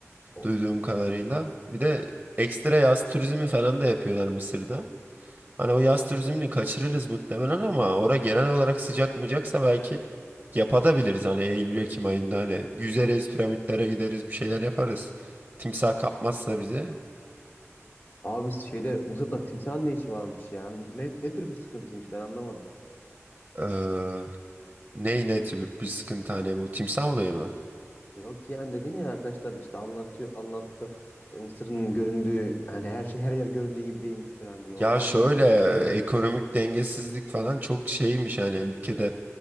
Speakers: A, on the left; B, on the right.
A: Evet.
B: duyduğum kadarıyla. Bir de ekstra yaz turizmi falan da yapıyorlar Mısır'da. Hani o yaz turizmini kaçırırız muhtemelen ama ora genel olarak sıcak mıcaksa belki yapabiliriz hani Eylül-Ekim ayında hani yüzeriz, piramitlere gideriz, bir şeyler yaparız. Timsah kapmazsa bizi.
A: Abi şeyde Mısır'da timsahın ne işi varmış ya? Ne, ne tür bir sıkıntıymış ben anlamadım.
B: Ee, ney ne tür bir sıkıntı hani bu timsah olayı mı?
A: Yok yani dedin ya arkadaşlar işte anlatıyor anlattı E, Mısır'ın göründüğü yani her şey her yer göründüğü gibi değilmiş falan diye ondan
B: Ya şöyle
A: bahsediyorum.
B: e, ekonomik dengesizlik falan çok şeymiş hani ülkede